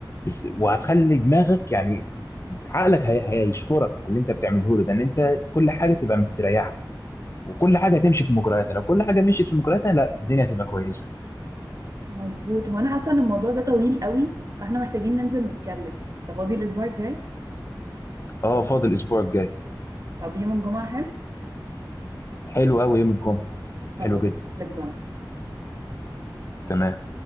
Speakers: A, on the left; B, on the right.
A: بس وهتخلي دماغك يعني عقلك هي... هيشكرك على اللي انت بتعمله له ده ان انت كل حاجه تبقى مستريحه وكل حاجه تمشي في مجرياتها لو كل حاجه مشيت في مجرياتها لا الدنيا هتبقى كويسه
B: مظبوط هو انا حاسة ان الموضوع ده طويل قوي فاحنا محتاجين ننزل نتكلم انت فاضي الاسبوع الجاي
A: اه فاضل الاسبوع الجاي
B: طب يوم الجمعة حلو
A: حلو قوي يوم الجمعه حلو
B: خلاص
A: جدا
B: ننزل الجمعة
A: تمام